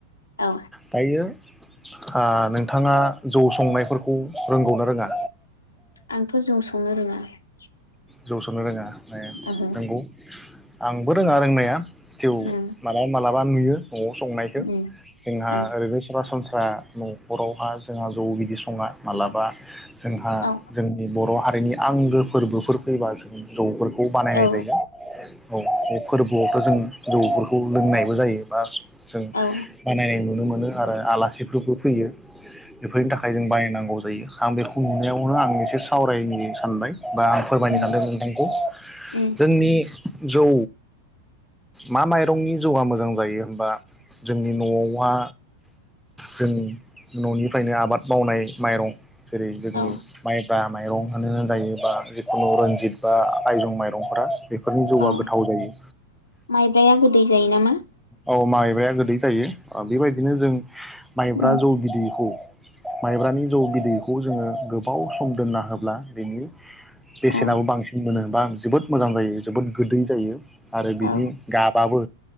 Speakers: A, on the left; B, in the centre.
A: औ
B: दायो। ओ नोंथाङा जौ संनायफोरखौ रोंगौनो रोङा।
A: आंथ जौ संनो रोङा। <unintelligible>
B: जौ संनो रोङा। ए
A: ओहो
B: नोंगौ। आंबो रोङा रोंनाया। थिव
A: उम
B: मालाब मालाबा बा नुयो न'आव संनायखौ
A: उम
B: जोंहा
A: ओं
B: ओरैनो सरासनस्रा ब्रा न'खरावहा जोंहा जौ बिदि सङा माब्लाबा जोंहा
A: औ
B: जोंनि बर' हारि नि आंगो फोरबोफोर फैबा जों जौफोरख खौ बानायनाय
A: औ
B: जायो औ बे फोरबोआव जों जौफोरखौ लोंनायबो जायो बा जों
A: औ औ
B: बानायनाय नु नुनो मोनो आरो आलासिफोरबो फैयो बेफोरनि थाखाय जों बायनांगौ। जायो आं बेखौ नुनायावनो आं एसे सावरायनो सानबाय बा आं फोरमायनो
A: उम
B: सानदों नोंथांखौ
A: उम
B: जोंनि जौ मा माइ दंनि जौआ मोजां जायो होनबा जोंनि न'आवहा जोंनि न'निफ्रायनो आबाद मावनाय माइरं जेरै जोंनि
A: औ
B: माइ बा माइरं होनानो जायो। बा जिखुनु रन्जित बा आइरं माइरंफोरा बेफोरनि जौआ
A: औ
B: गोथाव जायो
A: माइब्राया गोदै जायो नामा?
B: औ माइब्राया गोदै जायो बेबायदिनो जों माइब्रा
A: उम
B: जौ बिदैखौ माइब्रानि जौ बिदैखौ जोङो गोबाव सम दोनना होब्ला बेनि बेसेनाबो
A: औ
B: बांसिन मोनो। बा जोबोद मोजां जायो जोबोद गोदै जायो। आरो
A: औ
B: बिदि गाबाबो